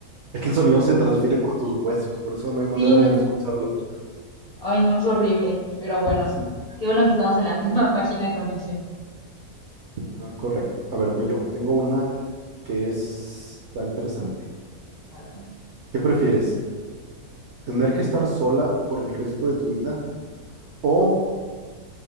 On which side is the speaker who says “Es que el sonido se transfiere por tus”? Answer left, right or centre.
Right